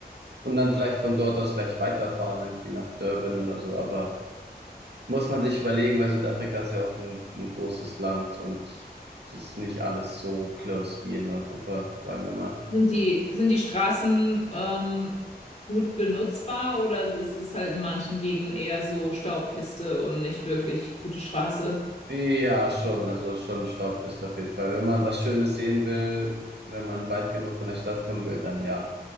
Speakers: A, on the right; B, on the left.
A: und dann vielleicht von dort aus gleich weiterfahren, irgendwie nach Durban oder so. Aber muss man sich überlegen, weil Südafrika ist ja auch ein, ein großes Land und es ist nicht alles so close wie in Europa, sagen wir mal.
B: Sind die, sind die Straßen ähm, gut benutzbar oder ist es halt in manchen Gegenden eher so Staubpiste und nicht wirklich gute Straße?
A: Ja, schon, also schon Staubpiste auf jeden Fall. Wenn man was Schönes sehen will, wenn man weit genug von der Stadt kommen will, dann ja.